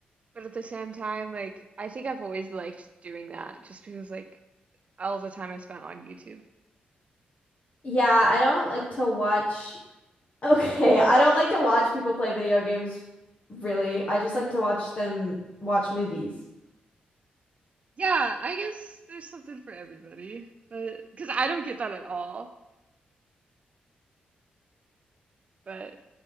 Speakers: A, on the right; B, on the left.
A: but at the same time like I think I've always liked doing that just because like all the time I spent on YouTube
B: Yeah, I don't like to watch. <laughs> Okay, I don't like to watch people play video games, really. I just like to watch them watch movies.
A: Yeah, I guess there's something for everybody, but because I don't get that at all, but